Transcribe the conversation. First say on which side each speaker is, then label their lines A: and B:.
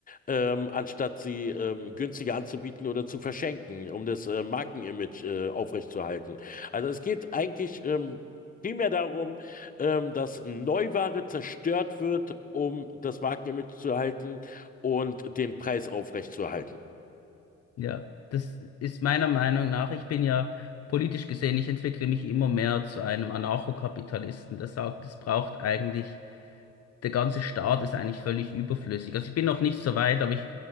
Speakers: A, on the left; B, on the left.
A: ähm, anstatt sie ähm, günstiger anzubieten oder zu verschenken, um das äh, Markenimage äh, aufrechtzuerhalten. Also es geht eigentlich ähm, primär darum, ähm, dass Neuware zerstört wird, um das Markenimage zu erhalten und den Preis aufrechtzuerhalten.
B: Ja, das ist meiner Meinung nach, ich bin ja politisch gesehen, ich entwickle mich immer mehr zu einem Anarchokapitalisten, der sagt, es braucht eigentlich der ganze Start ist eigentlich völlig überflüssig. Also ich bin noch nicht so weit, aber ich